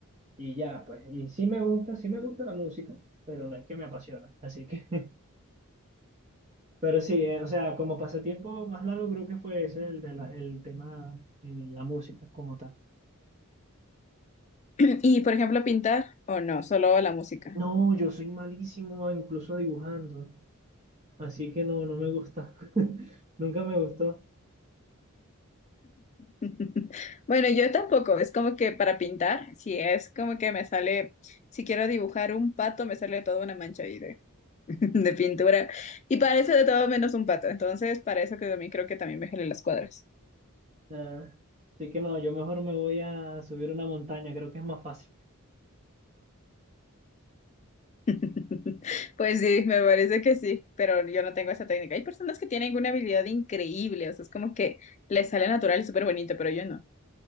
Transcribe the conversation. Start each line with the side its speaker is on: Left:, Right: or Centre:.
Right: y ya, pues, y sí me gusta, sí me gusta la música, pero no es que me apasiona, así que, <laughs> pero sí, eh, o sea, como pasatiempo más largo creo que fue ese, el, de la- el tema en la música como tal.
Left: Y por ejemplo, pintar, o no, solo la música.
Right: No, yo soy malísimo incluso dibujando. Así que no, no me gusta. <laughs> Nunca me gustó.
Left: <laughs> Bueno, yo tampoco, es como que para pintar, si es como que me sale, si quiero dibujar un pato, me sale toda una mancha ahí <laughs> de pintura y parece de todo menos un pato. Entonces, para eso que también creo que también me gelé las cuadras.
Right: Ah, así que no, yo mejor me voy a subir una montaña, creo que es más fácil.
Left: <laughs> Pues sí, me parece que sí, pero yo no tengo esa técnica. Hay personas que tienen una habilidad increíble, o sea, es como que les sale natural y súper bonito, pero yo no.